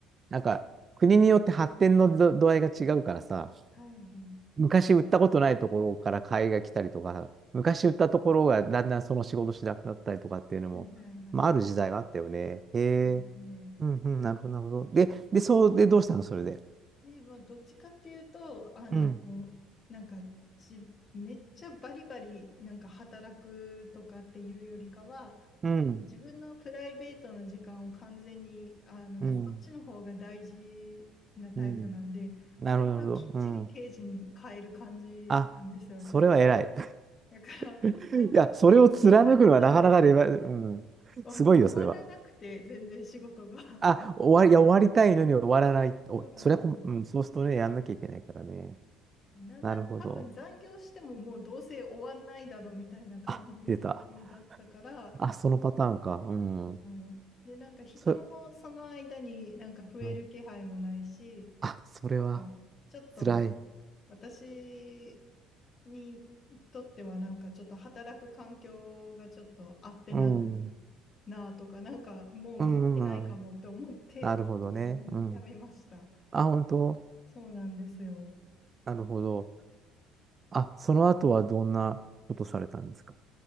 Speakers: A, on the right; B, on the left.
A: なんか、国によって発展のど度合いが違うからさ、
B: はいはい
A: 昔売ったことないところから買いが来たりとか、昔売ったところがだんだんその仕事しなくなったりとかっていうのも、
B: はいはいはい
A: まあ、ある時代があったよね。へえ。
B: そうですね
A: うん、うん、なるほど、なるほど。で、で、そうで、どうしたのそれで。
B: で、まあ、どっちかっていうと、あの、
A: うん、
B: なんかじ、めっちゃバリバリ、なんか働くとかっていうよりかは、
A: うん、
B: 自分のプライベートの時間を完全に、あの、
A: うん、
B: そっちの方が大事なタイプなんで、
A: うん。なるほど、
B: 割ときっちり定時に変える感じなんですよ、
A: なるほど。うん。あ、それは偉い。
B: 私。だから、
A: <laughs>
B: なんか、
A: いや、
B: 定時に帰ってたら、
A: それを貫くのはなかなかで、うん。
B: あの、
A: すごいよ、
B: 終わらなくて、
A: それは。
B: 全然仕事が。
A: あ、終わり、いや、終わりたいのに終わらない。
B: <laughs>
A: お、
B: そうなんですよ。
A: それはこ、うん、そうするとね、やんなきゃいけないからね。
B: なんなら多分残業してももうどうせ終わんないだろうみたいな感じだったから、
A: なるほど。あ、出た。あ、そのパターンか。うん。
B: はい、で、なんか人もその間になんか増える気配もないし、
A: そ、うん、あ、それは、
B: なんかちょっと
A: 辛い。
B: 私にとってはなんかちょっと働く環境がちょっと合ってない
A: うん。うん、
B: なとか、なんかもう向いてないかもって思って、
A: うん、うん。なるほどね。
B: あの、
A: うん。
B: やめました。
A: あ、本当。
B: そうなんですよ。
A: なるほど。あ、その後はどんなことされたんですか、